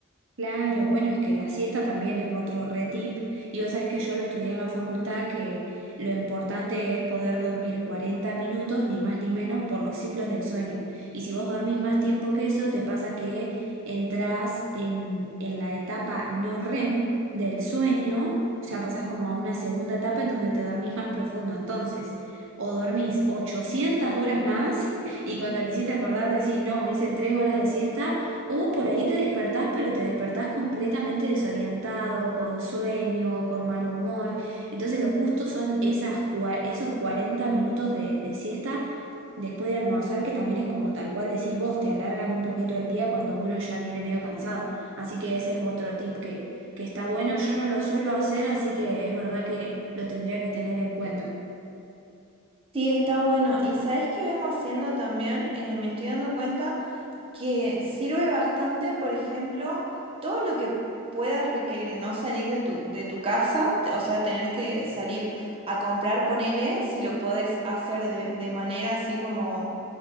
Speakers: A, on the right (about 60°); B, on the right (about 25°).
A: Claro, bueno, es que la siesta también es otro re tip y vos sabés que yo lo estudié en la facultad que lo importante es poder dormir 40 minutos, ni más ni menos, por los ciclos del sueño. Y si vos dormís más tiempo que eso, te pasa que entrás en, en la etapa no REM del sueño, ya pasás como a una segunda etapa en donde te dormís más profundo. Entonces, o dormís 800 horas más <laughs> y cuando quisiste acordar decís, no, hice 3 horas de siesta o por ahí te despertás, pero te despertás completamente desorientado, con sueño, con mal humor. Entonces lo justo son esas, cua- esos 40 minutos de, de siesta después de almorzar, que también es como tal cual decís vos, te alargan un poquito el día cuando uno ya viene medio cansado. Así que ese es otro tip que, que está bueno. Yo no lo suelo hacer, así que es verdad que lo tendría que tener en cuenta.
B: Sí, está bueno. ¿Y sabes qué vengo haciendo también? Eh, me estoy dando cuenta. que sirve bastante, por ejemplo, todo lo que puedas requerir no salir de tu, de tu casa, t- o sea, tener que salir a comprar, ponele, si lo podés hacer de, de manera así como